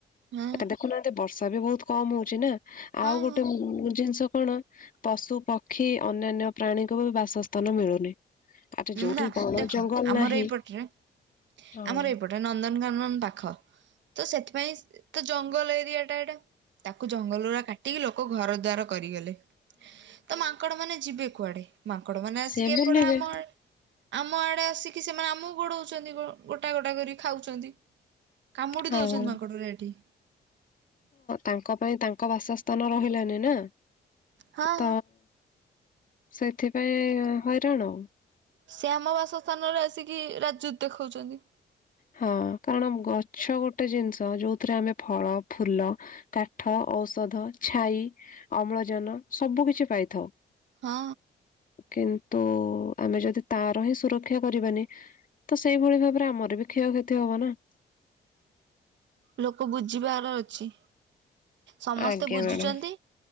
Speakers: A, on the right (about 85°); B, on the left (about 50°).
A: ହଁ
B: ଦେଖୁନାହାନ୍ତି ବର୍ଷା ବି ବହୁତ କମ୍ ହଉଚି ନା।
A: ହଁ
B: ଆଉ ଗୋଟେ
A: ହଁ
B: ଜିନିଷ କଣ ପଶୁ ପକ୍ଷୀ ଅନ୍ୟାନ୍ୟ ପ୍ରାଣୀଙ୍କୁ ବି ବାସସ୍ଥାନ ମିଳୁନି। ଆରେ ଯୋଉଠି
A: ନା
B: ବଣ
A: ଦେଖ
B: ଜଙ୍ଗଲ
A: ଆମର
B: ନାହିଁ
A: ଏଇପଟରେ
B: ହୁଁ
A: ଆମର ଏଇପଟ ପୁରା ନନ୍ଦନକାନନ ପାଖ। ତ ସେଥିପାଇଁ ତ ଜଙ୍ଗଲ ଏରିଆ ଟା ଏଇଟା। ତାକୁ ଜଙ୍ଗଲଗୁରା କାଟିକି ଲୋକ ଘର ଦ୍ୱାର କରିଗଲେ। ତ ମାଙ୍କଡ ମାନେ ଯିବେ କୁଆଡେ। ମାଙ୍କଡ ମାନେ ଆସିକି
B: ସେ ବୁଲିବେ।
A: ଏପଟେ ଆମଆଡେ। ଆମ ଆଡେ ଆସିକି ସେମାନେ ଆମକୁ ଗୋଡଉଛନ୍ତି। ଗୋଟା ଗୋଟା କରି ଖାଉଛନ୍ତି। କାମୁଡି
B: ହଁ
A: ଦଉଛନ୍ତି ମାଙ୍କଟଗୁରା ଏଠି।
B: ତାଙ୍କ ପାଇଁ ତାଙ୍କ ବାସସ୍ଥାନ ରହିଲାନି ନା।
A: ହଁ।
B: ତ ସେଥିପାଇଁ ହଇରାଣ।
A: ସେ ଆମ ବାସ ସ୍ଥାନରେ ଆସିକି ରାଜୁତି ଦେଖାଉଛନ୍ତି।
B: ହଁ କାରଣ ଗଛ ଗୋଟେ ଜିନିଷ ଯୋଉଥିରେ ଆମେ ଫଳ, ଫୁଲ କାଠ, ଔଷଧ, ଛାଇ, ଅମ୍ଳଜାନ ସବୁ କିଛି ପାଇଥାଉ।
A: ହଁ।
B: କିନ୍ତୁ ଆମେ ଯଦି ତାର ହିଁ ସୁରକ୍ଷା କରିବାନି ତ ସେଇଭଳି ଭାବରେ ଆମର ବି କ୍ଷୟକ୍ଷତି ହବ ନା।
A: ଲୋକ ବୁଝିବାର ଅଛି। ସମସ୍ତେ
B: ଆଜ୍ଞା
A: ବୁଝୁଛନ୍ତି
B: ମ୍ୟାଡ଼ାମ।